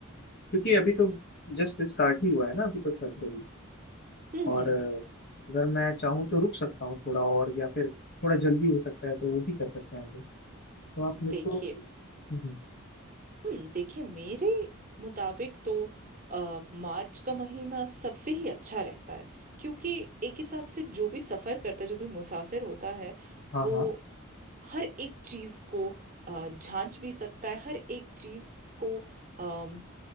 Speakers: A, on the left (about 50°); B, on the right (about 40°).
A: क्योंकि अभी तो जस्ट स्टार्ट ही हुआ है ना अभी तो फरवरी
B: हम्म
A: और
B: हम्म
A: अ,
B: हम्म,
A: अगर मैं चाहूँ तो रुक सकता हूँ थोड़ा और या फिर थोड़ा जल्दी हो सकता है तो वो भी कर सकते हैं हम लोग तो आप मेरे
B: देखिए
A: को हम्म, हम्म,
B: हम्म देखिए मेरे मुताबिक तो आ, मार्च का महीना सबसे ही अच्छा रहता है क्योंकि एक हिसाब से जो भी सफ़र करता है जो भी मुसाफिर होता है
A: हाँ
B: वो
A: हाँ
B: हर एक चीज़ को अ, झांच भी सकता है हर एक चीज़ को अम,